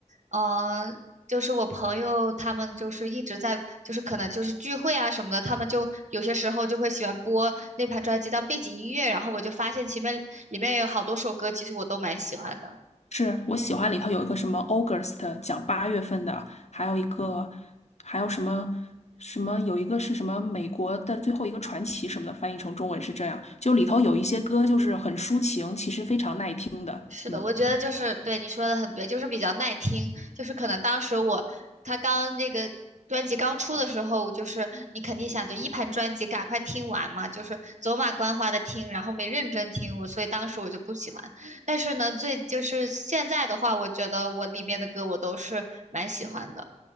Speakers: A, on the right; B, on the left.
A: 呃，就是我朋友他们就是一直在，就是可能就是聚会啊什么的，他们就有些时候就会喜欢播那盘专辑当背景音乐，然后我就发现前面里面有好多首歌，其实我都蛮喜欢的。
B: 是我喜欢里头有一个什么 August 讲八月份的，还有一个还有什么什么有一个是什么美国的最后一个传奇什么的，翻译成中文是这样。就里头有一些歌就是很抒情，其实非常耐听的。
A: 是的，
B: 嗯
A: 我觉得就是对你说的很对，就是比较耐听。就是可能当时我他刚那个专辑刚出的时候，就是你肯定想着一盘专辑赶快听完嘛，就是走马观花的听，然后没认真听我，所以当时我就不喜欢。但是呢，最就是现在的话，我觉得我里面的歌我都是蛮喜欢的。